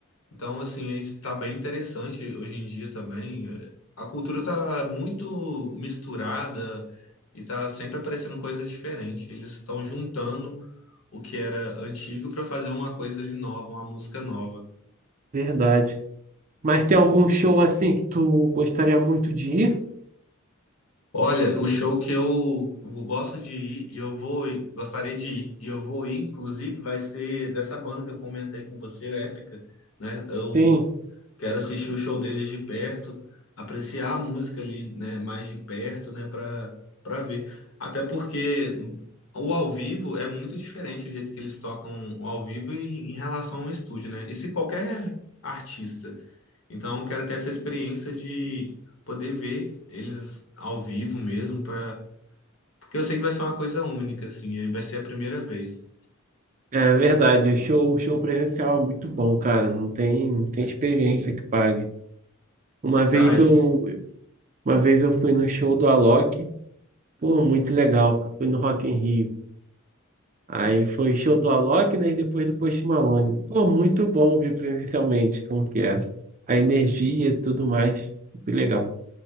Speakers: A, on the left; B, on the right.
A: Então, assim, isso tá bem interessante hoje em dia também. A cultura tá muito misturada e tá sempre aparecendo coisas diferentes. Eles estão juntando o que era antigo para fazer uma coisa ali nova, uma música nova.
B: verdade. Mas tem algum show assim que tu gostaria muito de ir?
A: Olha, o show que eu gosto de ir e eu vou ir, gostaria de ir e eu vou ir, inclusive, vai ser dessa banda que eu comentei com você, Épica, né? Eu
B: Sim,
A: quero assistir o show deles de perto, apreciar a música ali, né, mais de perto, né, para para ver. Até porque o ao vivo é muito diferente o jeito que eles tocam o ao vivo em, em relação ao estúdio, né? E se qualquer artista. Então, quero ter essa experiência de poder ver eles ao vivo mesmo para porque eu sei que vai ser uma coisa única assim, e vai ser a primeira vez.
B: é verdade. O show, o show presencial é muito bom, cara. Não tem, não tem experiência que pague. Uma
A: Verdade.
B: vez eu, uma vez eu fui no show do Alok. Pô, muito legal. Fui no Rock in Rio. Aí foi show do Alok, né? E depois do Post Malone. Pô, muito bom ver presencialmente como que é. A energia e tudo mais. Que legal.